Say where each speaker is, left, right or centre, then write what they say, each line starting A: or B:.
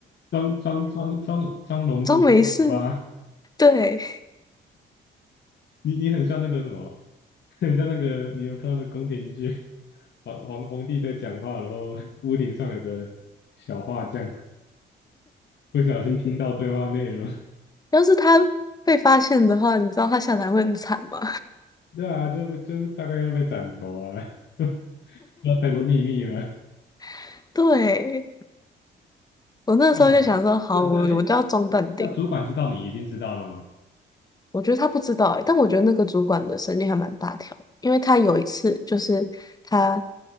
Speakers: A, on the left; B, on the left.
A: 装装装装装聋子装哑巴，
B: <laughs> 装没事。对，
A: 你你很像那个什么，很像那个，你有看到的宫廷剧？皇 <laughs> 皇皇帝在讲话，然后 <laughs> 屋顶上有个小画匠 <laughs> 不小心听到对话内容，
B: 要是他被发现的话，你知道他下台会很惨吗？
A: <laughs> 对啊，就被就大概又被斩头啊，<laughs> 那太多秘密了。
B: <laughs> 对，我那时候就想说，
A: 哇，
B: 好，
A: 那那哎诶，
B: 我我就要中淡定。
A: 那主管知道你已经知道了吗？
B: 我觉得他不知道欸，但我觉得那个主管的神经还蛮大条的因为他有一次就是他